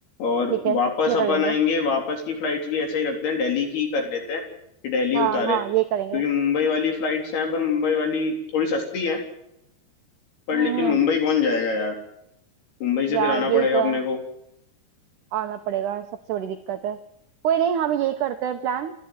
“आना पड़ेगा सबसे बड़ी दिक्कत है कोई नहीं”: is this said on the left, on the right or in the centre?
Right